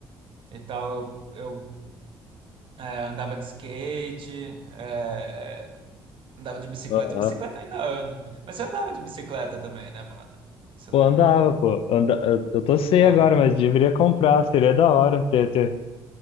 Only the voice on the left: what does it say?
Aham.
Pô,
andava, pô. Anda... Eu eu tô sem
agora, mas deveria comprar, seria da hora ter, ter